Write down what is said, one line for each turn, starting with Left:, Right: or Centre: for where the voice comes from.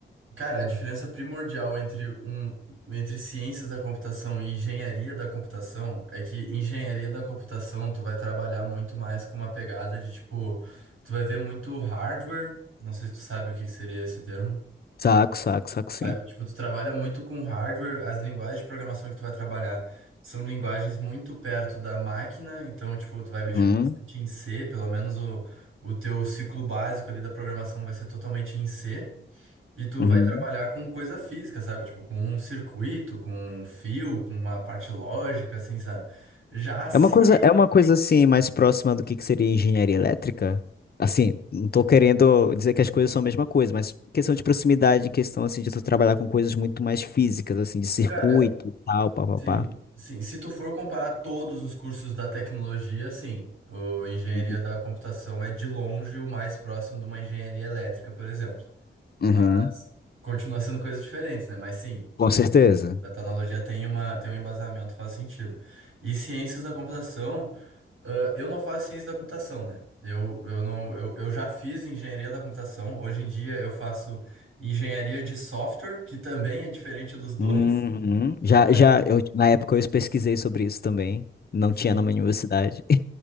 Right: Cara, a diferença primordial entre, um, entre ciências da computação e engenharia da computação é que engenharia da computação tu vai trabalhar muito mais com uma pegada de tipo, tu vai ver muito hardware, não sei se tu sabe o que que seria esse termo.
Left: Saco, saco, saco, sim.
Right: sabe? Tipo, tu trabalha muito com hardware, as linguagens de programação que tu vai trabalhar são linguagens muito perto da máquina, então tipo, tu vai mexer
Left: Uhum.
Right: bastante em C, pelo menos o, o teu ciclo básico ali da programação vai ser totalmente em C. E tu
Left: Uhum.
Right: vai trabalhar com coisa física, sabe? Tipo, com um circuito, com um fio, com uma parte lógica, assim, sabe? Já se.
Left: É uma coisa, Ah, é uma coisa assim mais próxima do que que seria engenharia elétrica? Assim, não tô querendo dizer que as coisas são a mesma coisa, mas questão de proximidade, questão assim de tu trabalhar com coisas muito mais físicas, assim, de circuito,
Right: Cara,
Left: e tal, papapá.
Right: sim, sim. Se tu for comparar todos os cursos da tecnologia, sim. O engenharia
Left: uhum.
Right: da computação é de longe o mais próximo de uma engenharia elétrica, por exemplo. Mas
Left: Uhum.
Right: continua sendo coisas diferentes, né? Mas sim,
Left: Com certeza.
Right: a tecnologia tem uma, tem um embasamento, faz sentido. E ciências da computação. Ah, eu não faço ciência da computação, né? Eu, eu não, eu, eu já fiz engenharia da computação. Hoje em dia eu faço engenharia de software, que também é diferente dos dois.
Left: Uhum. Já,
Right: Mas,
Left: já, eu, na época eu pesquisei sobre isso também. Não
Right: sim.
Left: tinha na minha universidade. <laughs>